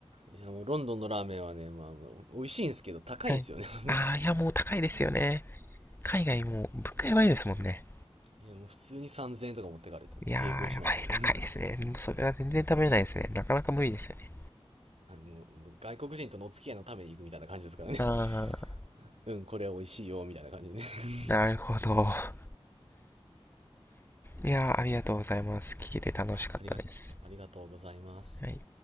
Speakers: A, on the right (about 80°); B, on the left (about 20°).
A: いや、もうロンドンのラーメンはね、まあ、美味しいんですけど、高いんですよね、
B: はい。
A: <laughs>
B: あー、いや、もう高いですよね。海外も、物価やばいですもんね。
A: いや、もう普通に3000円とか持ってかれて、もう並行しますよね。
B: いやー、やばい、高いですね。
A: <laughs>
B: もうそれは全然食べれないですね。なかなか無理ですよね。
A: あの、外国人とのお付き合いのために行くみたいな感じですからね。
B: あ
A: <laughs> うん、これは美味しいよ、みたいな感じでね。<laughs>
B: ー、なるほど。いやー、ありがとうございます。聞けて楽しかったです。
A: はい、ありがとう、ありがとうございます。
B: はい。